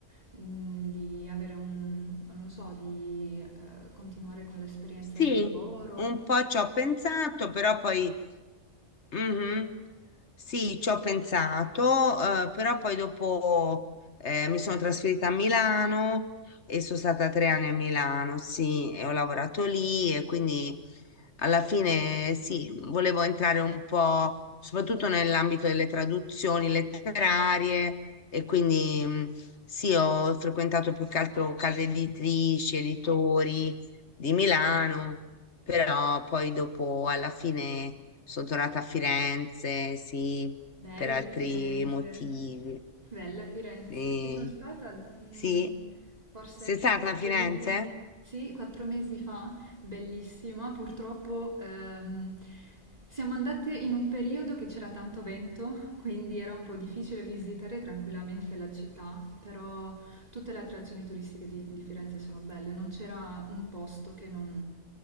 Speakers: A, on the right (about 30°); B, on the left (about 60°).
A: mh, di avere un, non lo so, di eh, continuare con l'esperienza
B: sì,
A: di lavoro?
B: un po' ci ho pensato, però poi Mhm. Sì, ci ho pensato, eh, però poi dopo eh, mi sono trasferita a Milano e sono stata tre anni a Milano, sì, e ho lavorato lì e quindi alla fine sì, volevo entrare un po' soprattutto nell'ambito delle traduzioni letterarie e quindi mh, sì, ho frequentato più che altro case editrici, editori di Milano però poi dopo, alla fine, sono tornata a Firenze, sì,
A: Bella
B: per altri
A: Firenze,
B: motivi.
A: bella Firenze.
B: Sì,
A: Ci sono stata mm,
B: sì.
A: forse
B: Sei
A: tre,
B: stata a Firenze?
A: quattro mesi fa. Sì, quattro mesi fa, bellissima. Purtroppo ehm, siamo andate in un periodo che c'era tanto vento, quindi era un po' difficile visitare tranquillamente la città, però Tutte le attrazioni turistiche di, di Firenze sono belle, non c'era un posto che non,